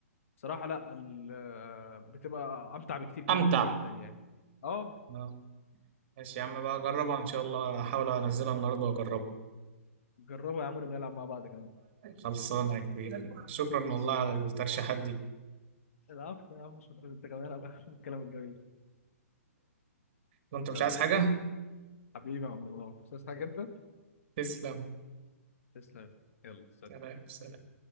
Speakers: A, on the left; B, on the right.
A: صراحه لا ال... آه، بتبقى امتع بكتير جدا
B: امتع
A: جدا يعني اه
B: اه ماشي يا عم بقى أجربها إن شاء الله أحاول أنزلها النهاردة وأجربها
A: جربوا يا عم نبقى نلعب مع بعض كمان
B: خلصانة يا كبير شكرا
A: خلصانة
B: والله على الترشيحات
A: يا عم
B: دي
A: العفو يا عم شكرا انت كمان على <laughs> الكلام الجميل
B: وأنت مش
A: يلا
B: عايز حاجة؟
A: حبيبي يا عم منور بس عايز حاجة انت؟
B: تسلم
A: تسلم يلا سلام
B: سلام سلام